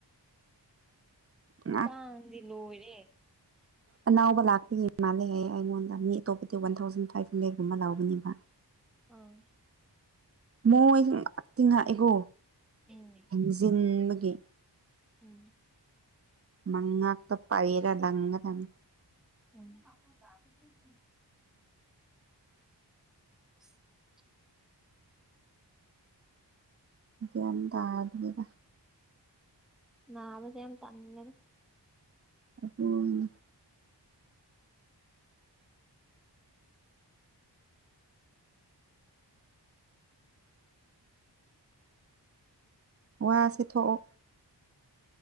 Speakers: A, on the right; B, in the centre.
A: <unintelligible>
B: ꯈꯨꯇꯥꯡꯗꯤ ꯂꯣꯏꯔꯦ
A: ꯑꯅꯥꯎꯕ ꯂꯥꯛꯄꯒꯤ ꯃꯥꯜꯂꯦ ꯍꯥꯏ ꯑꯩꯉꯣꯟꯗ ꯃꯤ ꯑꯇꯣꯞꯄꯗꯤ ꯂꯤꯁꯤꯡ ꯑꯃꯒꯥ ꯆꯥꯝꯃꯥꯉꯥꯀꯨꯝꯕ ꯂꯧꯕꯅꯦꯕ <unintelligible>
B: ꯑꯥ
A: ꯃꯣꯏ ꯉꯛꯇꯤꯉꯛꯑꯦꯀꯣ
B: ꯎꯝ
A: ꯍꯦꯟꯖꯤꯟꯕꯒꯤ
B: ꯎꯝ
A: ꯃꯉꯥꯛꯇ ꯄꯩꯔꯥ ꯂꯪꯒꯗꯝꯅꯤ
B: ꯑꯝ <unintelligible> <unintelligible>
A: ꯒꯤꯌꯥꯟ ꯇꯥꯗ꯭ꯔꯤꯗ
B: ꯅꯥꯕꯖꯦ ꯇꯟꯂꯦꯗꯥ
A: ꯑꯗꯨꯅꯤ ꯋꯥꯁꯤ ꯊꯣꯛꯑꯣ